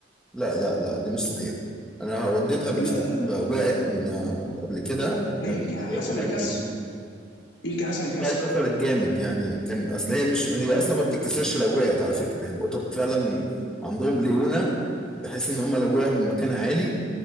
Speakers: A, in the centre; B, on the left.
A: لا لا لا دي مش صحيح انا وديتها بالفعل
B: لا لا لا
A: وقعت من- قبل كده
B: ما
A: كانت
B: يمكن على
A: العيادة
B: حسب
A: القديمه
B: الكسر يمكن حسب الكسر
A: لا اتكسرت جامد يعني كان اصل هي مش هي اصلا ما بتتكسرش لو وقعت على فكره يعني القطط فعلا عندهم ليونه بحيث ان هم لو وقعوا من مكان عالي